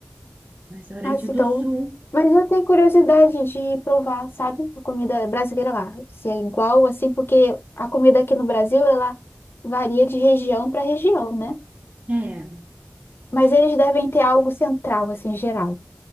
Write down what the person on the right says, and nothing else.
Um restaurante
do
Sul,
é.